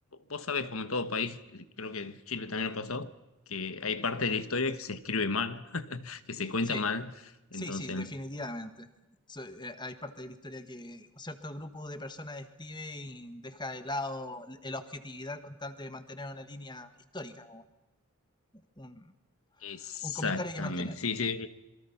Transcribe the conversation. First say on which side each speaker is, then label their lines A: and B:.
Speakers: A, on the left; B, on the left.
A: vos sabés, como en todo país, creo que en Chile también lo ha pasado, que hay parte de la historia que se escribe mal, <laughs> que se cuenta
B: Sí,
A: mal.
B: sí,
A: Entonces,
B: sí, definitivamente. So- eh, hay parte de la historia que un cierto grupo de personas escribe y deja de lado l- la objetividad con tal de mantener una línea histórica, un,
A: exactamente.
B: Un comentario que mantener.
A: Sí, sí,